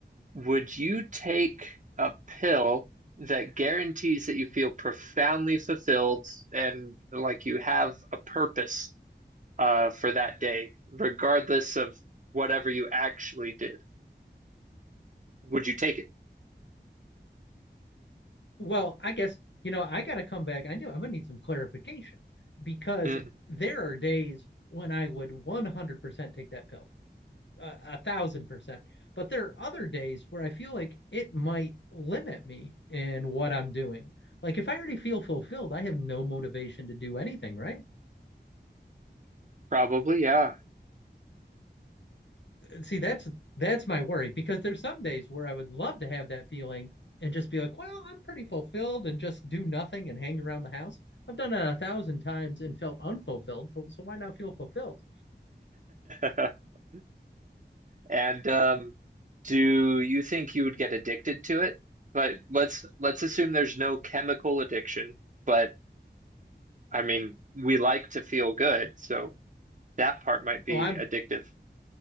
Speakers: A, on the right; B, on the left.
A: would you take a pill that guarantees that you feel profoundly fulfilled and like you have a purpose uh, for that day, regardless of whatever you actually did? Would you take it?
B: Well, I guess, you know, I got to come back. I knew I'm going to need some clarification because
A: Mm,
B: there are days when I would 100% take that pill, uh, a thousand percent. But there are other days where I feel like it might limit me in what I'm doing. Like if I already feel fulfilled, I have no motivation to do anything, right?
A: probably, yeah.
B: see that's that's my worry because there's some days where I would love to have that feeling and just be like, well, I'm pretty fulfilled and just do nothing and hang around the house. I've done it a thousand times and felt unfulfilled, so so why not feel fulfilled?
A: <laughs> And um, do you think you would get addicted to it? But let's let's assume there's no chemical addiction, but I mean, we like to feel good, so that part might be
B: Oh, I'm
A: addictive.